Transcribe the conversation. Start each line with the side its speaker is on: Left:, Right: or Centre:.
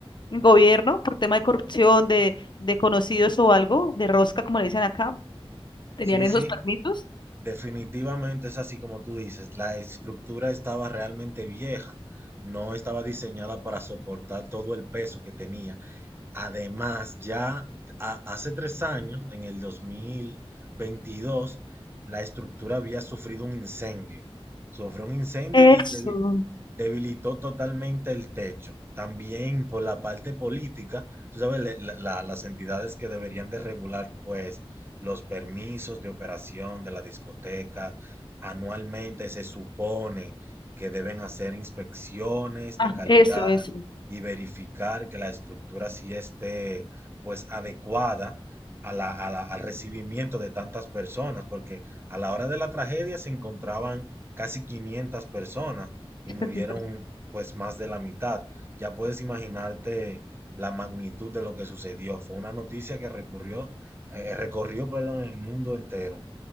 Left: gobierno, por tema de corrupción, de, de conocidos o algo, de rosca, como le dicen acá, tenían
Right: Sí,
Left: esos
Right: sí,
Left: permisos.
Right: definitivamente es así como tú dices, la estructura estaba realmente vieja, no estaba diseñada para soportar todo el peso que tenía Además, ya ha- hace tres años, en el dos mil veintidós, la estructura había sufrido un incendio. Sufrió un incendio
Left: Eso,
Right: y debi- debilitó totalmente el techo. También por la parte política, tú sabes, le- la- la- las entidades que deberían de regular, pues, los permisos de operación de la discoteca, anualmente se supone que deben hacer inspecciones
Left: ah,
Right: de calidad
Left: eso, eso.
Right: y verificar que la estructura sí esté, pues, adecuada. a la- a la- al recibimiento de tantas personas, porque a la hora de la tragedia se encontraban casi 500 personas y murieron
Left: impres-
Right: pues más de la mitad. Ya puedes imaginarte la magnitud de lo que sucedió. Fue una noticia que recurrió, eh, recorrió, perdón, el mundo entero.